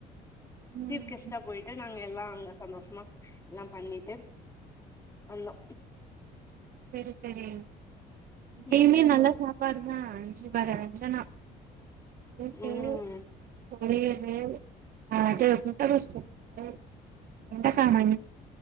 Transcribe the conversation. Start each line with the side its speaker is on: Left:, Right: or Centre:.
Left: சீஃப்
Right: ம்
Left: கெஸ்ட்டா போயிட்டு நாங்க எல்லா அங்க சந்தோஷ் மா எல்லாம் பண்ணிட்டு வந்தோ
Right: செரி செரி இங்கயுமே
Left: ம்
Right: நல்லா சாப்பாடுதா அஞ்சி வர அஞ்சனா போயிட்டு
Left: ம்
Right: பொரியலு ஆ அது முட்டகோஸ் பொரியலு வெண்டக்கா மணி